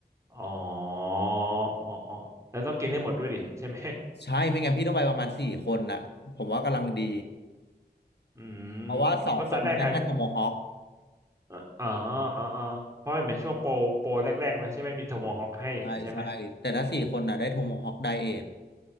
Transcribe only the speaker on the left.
ใช่ไม่งั้นพี่ต้องไปประมาณสี่คนนะผมว่ากำลังดี
เพราะว่าสองคนมันได้แค่โทโมฮอค
ใช่ใช่แต่ถ้าสี่คนน่ะได้โทโมฮอคไดเอท